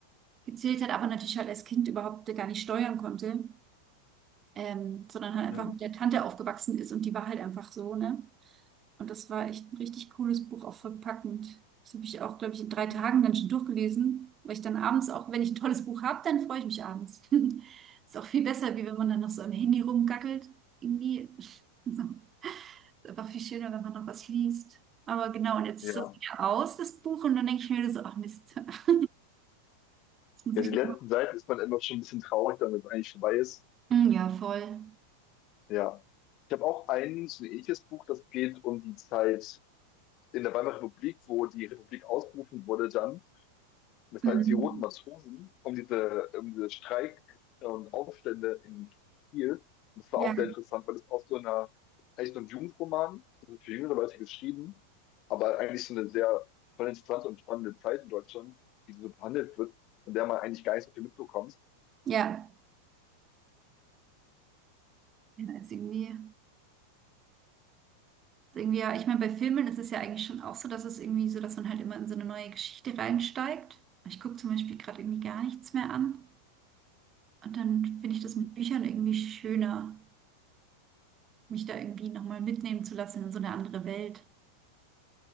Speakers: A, on the right; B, on the left.
A: gezählt hat, aber natürlich halt als Kind überhaupt gar nicht steuern konnte, ähm, sondern halt einfach
B: Mhm.
A: mit der Tante aufgewachsen ist und die war halt einfach so, ne? Und das war echt ein richtig cooles Buch, auch voll packend. Das habe ich auch, glaube ich, in drei
B: Mhm.
A: Tagen dann schon durchgelesen, weil ich dann abends auch, wenn ich ein tolles Buch habe, dann freue ich mich abends. <laughs> Ist auch viel besser, wie wenn man dann noch so am Handy rumgackelt. Irgendwie <laughs> so. Ist einfach viel schöner, wenn man noch was liest. Aber genau, und jetzt
B: Ja.
A: ist das wieder aus, das Buch, und dann denke ich mir wieder so, ach Mist. <laughs> Jetzt muss
B: Ja,
A: ich
B: die letzten
A: noch.
B: Seiten ist man immer schon ein bisschen traurig, damit es eigentlich vorbei ist.
A: Mm, Ja, voll.
B: Ja. Ich habe auch ein so ein ähnliches Buch, das geht um die Zeit in der Weimarer Republik, wo die Republik ausgerufen wurde dann. Das
A: Mhm.
B: heißt, die Roten Matrosen, um diese, um diese Streik äh, und Aufstände in Kiel. Und Das war
A: Ja,
B: auch sehr interessant, weil es aus so einer, eigentlich so ein Jugendroman, also für jüngere Leute geschrieben, aber eigentlich so eine sehr voll interessante und spannende Zeit in Deutschland, die so behandelt wird, von der man eigentlich gar nicht so viel mitbekommt.
A: ja. Ja, ist irgendwie. Irgendwie, ja, ich meine, bei Filmen ist es ja eigentlich schon auch so, dass es irgendwie so, dass man halt immer in so eine neue Geschichte reinsteigt. Ich gucke zum Beispiel gerade irgendwie gar nichts mehr an. Und dann finde ich das
B: Mhm.
A: mit Büchern irgendwie schöner, mich da irgendwie nochmal mitnehmen zu lassen in so eine andere Welt.